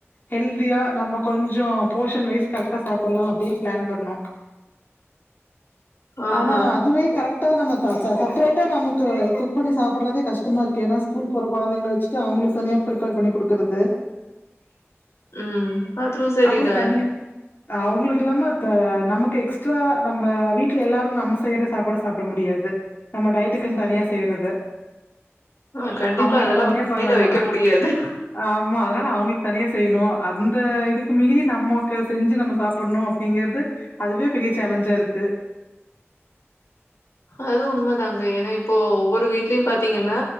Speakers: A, on the left; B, on the left.
A: ஹெல்தியா நம்ம கொஞ்சோ போஷன் வைஸ் கரெக்டா சாபுட்லா அப்டின்னு பிளான் பண்ணோ
B: ஆஹா
A: ஆனா அதுவே கரெ டா நம்ம த ச சேப்ரைட்டா நமக்கு குக் பண்ணி சாபுட்ரதே கஷ்டமா இருக்கு ஏனா ஸ்கூல் போற கொழந்தைங்கள வச்சுட்டு அவுங்களுக்கு தனியா பிரிப்பேர் பண்ணி குடுக்குறது
B: ம் அதுவு செரிதா
A: அப்புறோ தனியா அவுங்களுக்கு இல்லாம த நமக்கு எக்ஸ்ட்ரா நம்ப வீட்டு ல எல்லாரு நம்ம செய்யற சாப்பாட சாப்ட முடியாது நம்ம டயட்க்குன் தனியா செய்றது
B: ஆ கண்டிப்பா
A: அவுங்களுக்கு
B: அதெல்லா
A: தனியா
B: வாயில
A: பண்ணனு
B: வைக்க முடியாது
A: ஆமா அதனால நா அவுங்களுக்கு தனியா செய்ணு அந்த இது மீறி நம்மோக்கு செஞ்சு நம்ம சாப்ட்ணு அப்டிங்குறது அதுவே பெரிய சேலஞ்சா இருக்கு
B: அது உண்ம தாங்க ஏனா இப்போ ஒவ்வொரு வீட்லயு பாத்தீங்கன்னா